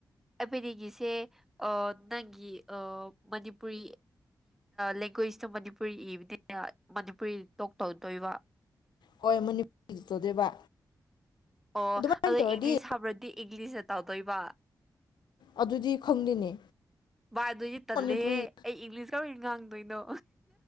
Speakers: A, in the centre; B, on the left (about 85°).
A: ꯑꯩꯕꯣꯏꯅꯤꯒꯤꯁꯦ ꯅꯪꯒꯤ ꯃꯅꯤꯄꯨꯔꯤ ꯂꯦꯡꯒ꯭ꯋꯦꯁꯇꯣ ꯃꯅꯤꯄꯨꯔꯤ ꯏꯕꯅꯤꯅ ꯃꯅꯤꯄꯨꯔꯤ ꯇꯣꯛ ꯇꯧꯗꯣꯏꯕ
B: ꯍꯣꯏ ꯃꯅꯤꯄꯨꯔꯤ ꯇꯧꯗꯣꯏꯕ
A: ꯑꯣ
B: ꯑꯗꯨꯃꯥꯏꯅ
A: ꯑꯗꯣ
B: ꯇꯧꯔꯗꯤ
A: ꯏꯪꯂꯤꯁ ꯍꯞꯕ꯭ꯔꯗꯤ ꯏꯪꯂꯤꯁ ꯑꯣꯏꯅ ꯇꯧꯗꯣꯏꯕ
B: ꯑꯗꯨꯗꯤ ꯈꯪꯗꯦꯅꯦ
A: <unintelligible> ꯑꯗꯨꯗꯤ ꯇꯜꯂꯦ
B: ꯃꯅꯤꯄꯨꯔꯤ
A: ꯍꯦ ꯑꯩ ꯏꯪꯂꯤꯁ <unintelligible> ꯉꯥꯡꯗꯣꯏꯅꯣ